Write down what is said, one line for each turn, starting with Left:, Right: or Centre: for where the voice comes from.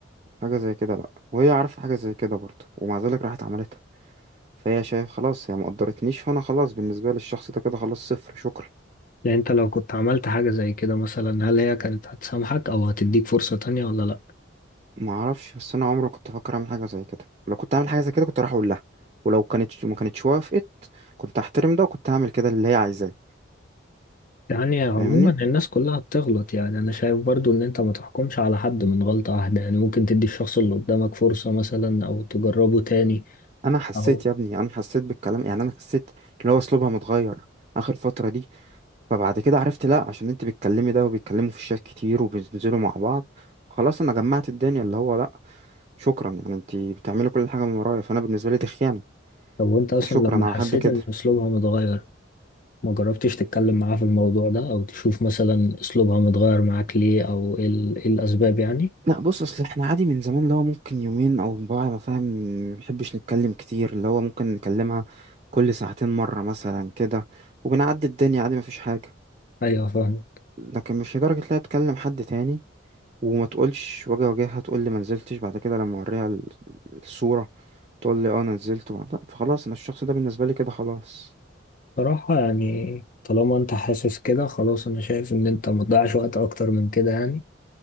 Right: حاجة زي كده لا وهي عارفة حاجة زي كده برضه ومع ذلك راحت عملت فهي شايف خلاص هي ما قدرتنيش فانا خلاص بالنسبه للشخص ده كده خلاص صفر شكرا
Left: يعني انت لو كنت عملت حاجة زي كده مثلا هل هي كانت هتسامحك او هتديك فرصة تانية ولا لا
Right: ما اعرفش بس انا عمري ما كنت افكر اعمل حاجه زي كده لو كنت اعمل حاجه زي كده كنت راح اقول لها ولو كانت ما كانتش وافقت كنت هحترم ده وكنت هعمل كده اللي هي عايزاه
Left: يعني عموما
Right: فاهمني
Left: الناس كلها بتغلط يعني انا شايف برضو ان انت ما تحكمش على حد من غلطة واحدة يعني ممكن تدي الشخص اللي قدامك فرصة مثلا او تجربه تاني
Right: انا حسيت
Left: او
Right: يا ابني انا حسيت بالكلام يعني انا حسيت اللي هو اسلوبها متغير اخر فتره دي فبعد كده عرفت لا عشان انت بتكلمي ده وبيتكلموا في الشات كتير وبينزلوا مع بعض خلاص انا جمعت الدنيا اللي هو لا شكرا يعني انت بتعملي كل حاجه من ورايا فانا بالنسبه لي دي خيانه
Left: طب وانت اصلا
Right: فشكرا
Left: لما
Right: على
Left: حسيت
Right: حد كده
Left: ان اسلوبها متغير ما جربتش تتكلم معاه في الموضوع ده او تشوف مثلا اسلوبها متغير معاك ليه او ايه ال- إيه الاسباب يعني
Right: لا بص اصل احنا عادي من زمان اللي هو ممكن يومين او بعد ما فاهم ما بنحبش نتكلم كتير اللي هو ممكن نكلمها كل ساعتين مرة مثلا كده وبنعدي الدنيا عادي مفيش حاجة
Left: ايوه فاهم
Right: لكن مش لدرجة لا تكلم حد تاني وما تقولش واجي اواجهها تقول لي ما نزلتش بعد كده لما اوريها ال- الصورة تقول لي اه أنا نزلت وبعد- لا، فخلاص انا الشخص ده بالنسبة لي كده خلاص
Left: صراحة يعني طالما انت حاسس كده خلاص انا شايف ان انت ما تضيعش وقت اكتر من كده يعني